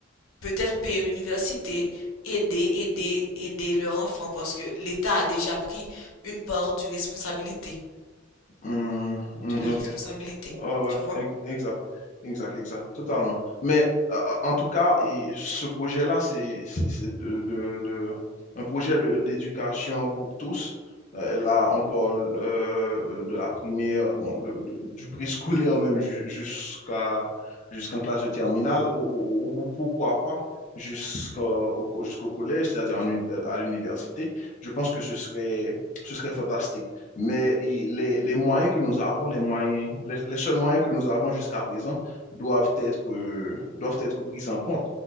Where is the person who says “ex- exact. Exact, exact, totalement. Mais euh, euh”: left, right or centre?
Left